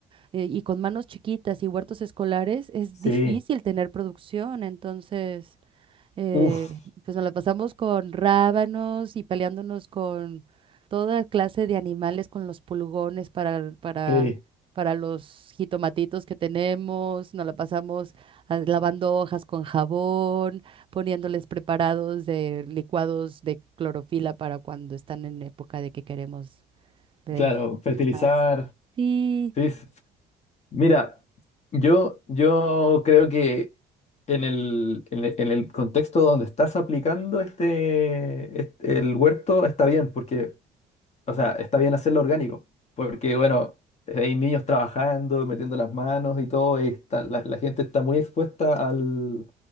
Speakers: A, on the right (about 30°); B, on the left (about 40°).
A: eh, y con manos chiquitas y huertos escolares es
B: Sí.
A: difícil tener producción. Entonces eh,
B: Uf,
A: pues nos la pasamos con rábanos y peleándonos con toda clase de animales, con los pulgones para, para,
B: sí.
A: para los jitomatitos que tenemos. Nos la pasamos ah, lavando hojas con jabón, poniéndoles preparados de licuados de clorofila para cuando están en época de que queremos ver
B: Claro, fertilizar.
A: más. Sí,
B: Sí. s- Mira, yo, yo creo que en el, en el, en el contexto donde estás aplicando este, este- el huerto está bien, porque o sea, está bien hacerlo orgánico, porque bueno, hay niños trabajando, metiendo las manos y todo, y está- la, la gente está muy expuesta al,